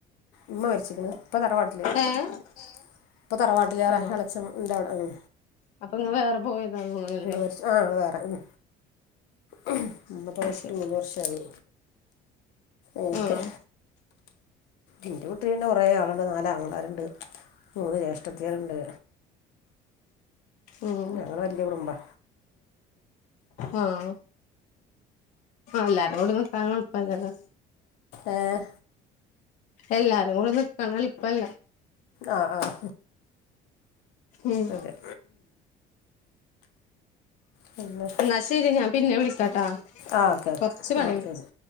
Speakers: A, on the left (about 90°); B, on the left (about 50°).
A: ഉമ്മ മരിച്ച്ക്ക്ണ്. ഉപ്പ തറവാട്ടില്.
B: ഏഹ്
A: ഉം ഇപ്പ തറവാട്ടിൽ
B: ആഹ്
A: റെ ഇളച്ചൻ ഉണ്ടവടെ.
B: അപ്പൊ ഇങ്ങള് വേറെ പോയതാന്ന് തോന്ന്ണല്ലേ
A: ഉം ആഹ് വേറെ ഉം ഉം ഉപ്പ മരിച്ചിട്ട്
B: അത് ശരി
A: മൂന്ന് വർഷായി. അങ്ങനൊക്കെ.
B: ആഹ്
A: എന്റെ വീട്ടില് പിന്നെ കുറേ ആള്ണ്ട്. നാലാങ്ങളാരുണ്ട്. മൂന്ന് ജ്യേഷ്ഠത്തിയാരുണ്ട്.
B: ഉം
A: ഞങ്ങൾ വലിയ കുടുംബാ
B: ഉം ആഹ് എല്ലാരുടെ കൂടെ നിക്കാനും എൾപല്ലല്ല.
A: ഏഹ്
B: എല്ലാരും കൂടെ നിക്കാന് എളുപ്പല്ല.
A: ആഹ് ആഹ്
B: ഉം
A: അതെ പിന്നെ
B: ന്ന ശരി ഞാൻ പിന്നെ വിളിക്കാട്ടാ
A: ആ ഓക്കെ ഓക്കെ
B: കൊർച്ച് പണിണ്ട്
A: ആ ശരി